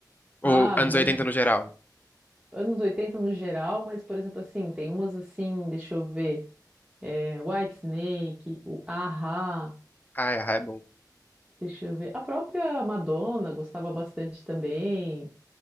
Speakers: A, on the left; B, on the right.
A: Ou
B: Ah, as
A: anos
B: bandas
A: 80 no geral?
B: Anos 80 no geral, mas, por exemplo, assim, tem umas assim, deixa eu ver, é, Whitesnake, o A-ha,
A: Ah, é, é bom.
B: deixa eu ver, a própria Madonna gostava bastante também,